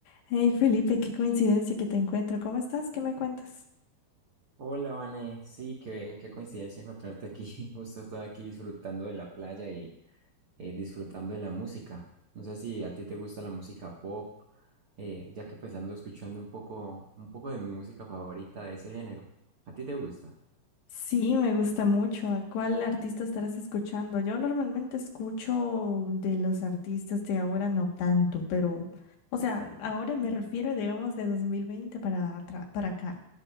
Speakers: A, on the left; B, on the right.
A: Hey Felipe, qué coincidencia que te encuentro. ¿Cómo estás? ¿Qué me cuentas?
B: Hola, Vane. Sí, qué, qué coincidencia encontrarte aquí. <laughs> Justo estoy aquí disfrutando de la playa y eh, disfrutando de la música. No sé si a ti te gusta la música pop, eh, ya que pues ando escuchando un poco, un poco de mi música favorita de ese género. ¿A ti te gusta?
A: Sí, me gusta mucho. ¿A cuál artista estarás escuchando? Yo normalmente escucho de los artistas de ahora no tanto, pero, o sea, ahora me refiero, digamos, de 2020 para, atra- para acá,